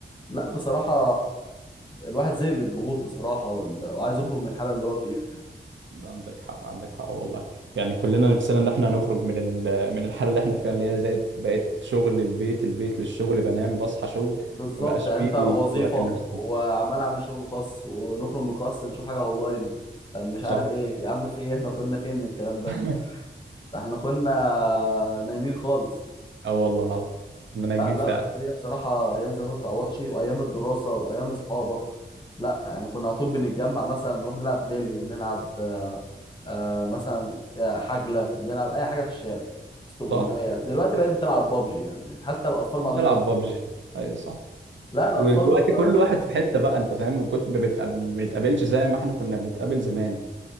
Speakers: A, on the left (about 25°); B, on the right (about 80°).
A: لا بصراحه الواحد زي من الضغوط بصراحه وال... وعايز يخرج من الحاله اللي هو فيها
B: عندك حق عندك حق والله يعني كلنا نفسنا ان احنا هنخرج من ال- من الحاله اللي احنا فيها اللي هي زائد بقت شغل للبيت البيت للشغل بنام بصحى شغل
A: بالظبط
B: ما بقاش
A: يعني
B: فيه
A: انت وظيفه
B: وقت لنفسنا
A: وعمال اعمل شغل خاص ونخرج من الخاص نشوف حاجه اونلاين طب مش
B: صح
A: عارف ايه يا عم في ايه احنا كنا فين من الكلام ده
B: <laughs>
A: احنا كنا نايمين خالص
B: اه والله العظيم احنا نايمين
A: لا لا
B: فعلا
A: هي بصراحة أيام زمان ما تتعوضش وأيام الدراسة وأيام أصحابك لا يعني كنا على طول بنتجمع مثلا نروح نلعب بيلي ونلعب آه، آه، مثلا آه، حجلة بنلعب أي حاجة في الشارع استغماية
B: صح
A: دلوقتي بقيت بتلعب بابجي يعني حتى الأطفال
B: عم
A: ما عادوش
B: تلعب
A: بي-
B: ببجي ايوه صح
A: لا الأطفال
B: ودلوقتي كل
A: آه،
B: واحد في حتة بقى انت فاهم وكنت ما بتقاب- ما بنتقابلش زي ما احنا كنا بنتقابل زمان